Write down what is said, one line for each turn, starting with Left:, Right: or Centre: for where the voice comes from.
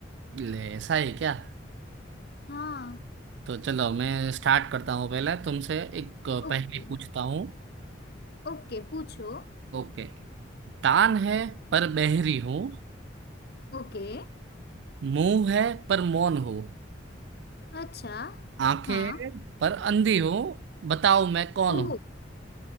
Right: ले ऐसा है क्या
Left: हाँ
Right: तो चलो मैं स्टार्ट करता हूँ पहला तुमसे एक पहेली
Left: ओके
Right: पूछता हूँ
Left: ओके पूछो
Right: ओके दान है पर बहरी हूँ
Left: ओके
Right: मुंह है पर मौन हो
Left: अच्छा
Right: आंखें
Left: हाँ
Right: हैं पर अंधी हो बताओ मैं कौन
Left: ओ
Right: हूँ